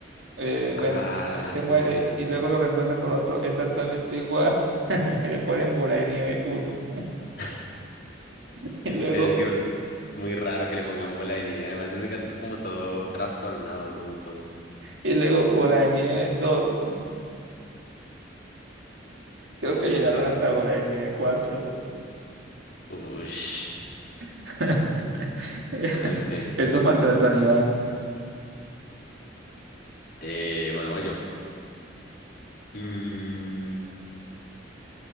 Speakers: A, on the right; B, on the left.
A: Eh,
B: Ah,
A: bueno, él se
B: sí
A: muere
B: me suena.
A: y luego lo reemplazan con otro exactamente igual. <laughs> Y le ponen bola de nieve uno
B: <laughs>
A: <laughs> Y luego,
B: Es que muy raro que le pongan bola de nieve. Además, ese gato es como todo trastornado, como todo
A: y luego bola de nieve dos Creo
B: maldición.
A: que llegaron hasta bola de nieve cuatro
B: Ush.
A: <laughs> <laughs>
B: Ok.
A: Eso es maltrato animal.
B: Eh, bueno, voy yo. Mm,